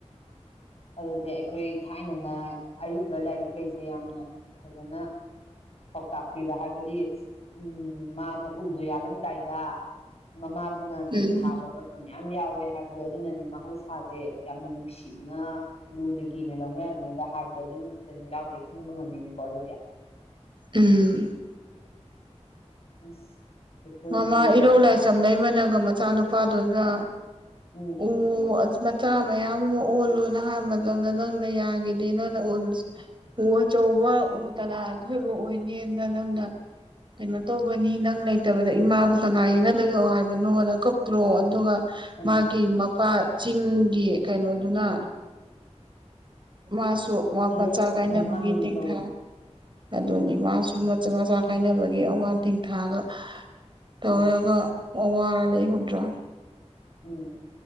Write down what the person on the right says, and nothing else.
ꯎꯝ
ꯑꯝ
ꯃꯃꯥ ꯏꯔꯧ ꯂꯥꯏꯁꯝ ꯂꯩꯃꯅꯒ ꯃꯆꯥꯅꯨꯄꯥꯗꯨꯒ
ꯎ ꯃꯆꯥ ꯃꯌꯥꯝ ꯑꯃ ꯑꯣꯜꯂꯣꯅ ꯍꯥꯏꯕ ꯃꯇꯝꯗ ꯅꯪꯅ ꯌꯥꯒꯤꯗꯦ ꯅꯪꯅ ꯑꯣꯜꯂꯁꯤ ꯎꯆ ꯇꯧꯕ ꯎ ꯇꯂꯥ ꯑꯊꯣꯏꯕ ꯑꯣꯏꯅꯦꯅ ꯅꯪꯅ ꯀꯩꯅꯣ ꯇꯧꯕꯅꯤ ꯅꯪ ꯂꯩꯇꯕꯗ ꯏꯃꯥꯕꯨ ꯀꯅꯥ ꯌꯦꯡꯅ ꯂꯩꯣꯏꯌꯣ ꯍꯥꯏꯕꯅꯣꯗ ꯀꯇ꯭ꯔꯣ ꯑꯗꯨꯒ
ꯃꯥꯒꯤ ꯃꯄꯥ ꯆꯤꯡꯒꯤ ꯀꯩꯅꯣꯗꯨꯅ ꯃꯥꯁꯨ ꯁꯨ ꯃꯥ
ꯃꯆꯥ ꯀꯥꯏꯅꯕꯒꯤ
ꯇꯦꯡꯊꯥ ꯑꯗꯨꯅꯤ
ꯃꯥꯁꯨ ꯃꯆꯥ ꯃꯆꯥ ꯈꯥꯏꯅꯕꯒꯤ ꯑꯋꯥ ꯊꯤꯡꯊꯥꯒ ꯇꯧꯔꯒ
ꯑꯣ ꯋꯥꯔ ꯂꯩ ꯍꯧꯗ꯭ꯔꯥ